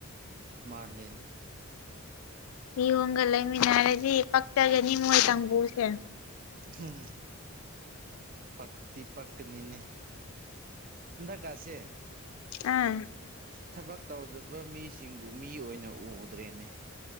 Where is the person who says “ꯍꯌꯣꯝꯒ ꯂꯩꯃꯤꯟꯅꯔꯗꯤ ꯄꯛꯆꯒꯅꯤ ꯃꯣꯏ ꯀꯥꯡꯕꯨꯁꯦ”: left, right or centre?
Left